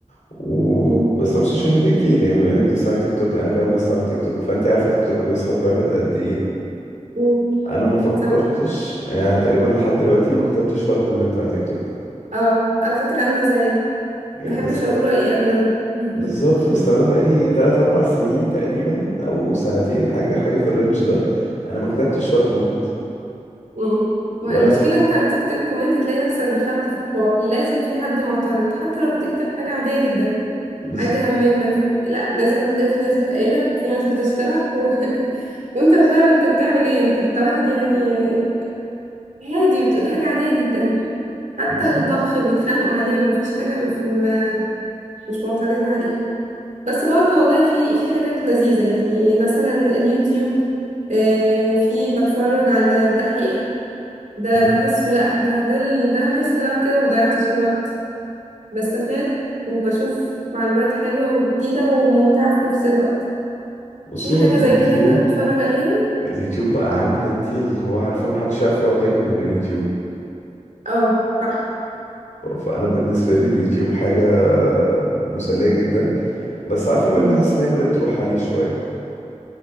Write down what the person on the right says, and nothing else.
مم.
مم.
مم.
صح
اه على فكرة أنا زيك
محبش
أقول رأيي أبدا <laughs>
مم. المشكلة
انت تكتب كومنت تلاقي نفسك دخلت في الحوار لازم في حد معترض حتى لو بتكتب حاجة عادية جدا
حاجة من ما في... لا لازم هتلاقي في ناس بتأيدك في ناس بتشتغل و... <laughs> وانت مش عارف انت بتعمل ايه انت انت واحد يعني عادي بتقول حاجة عادية جدا حتى
الطبخ بيتخانقوا عليه مفيش حاجة مش ما- مش معترضين عليها بس برضو والله في في حاجات لذيذة يعني مثلا اليوتيوب آه، في بتفرج على الدحيح ده
بحسه لا ده ده ال- ده بحس ان انا كده مضيعتش الوقت بستفاد وبشوف معلومات حلوة وجديدة وممتعة في نفس الوقت
في حاجة
زي كده انت تتفرج عليها
اه صح
مم.